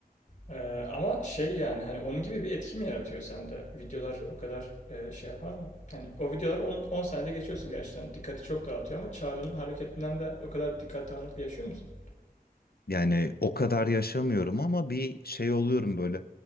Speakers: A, on the left (about 50°); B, on the left (about 70°).
A: Ee, ama şey yani hani onun gibi bir etki mi yaratıyor sende? Videolar o kadar e, şey yapar mı? Hani o videolar 10 saniyede geçiyorsun gerçekten. Dikkati çok dağıtıyor ama Çağrı'nın hareketinden de o kadar dikkat dağınıklığı yaşıyor musun?
B: Yani o kadar yaşamıyorum ama bir şey oluyorum böyle.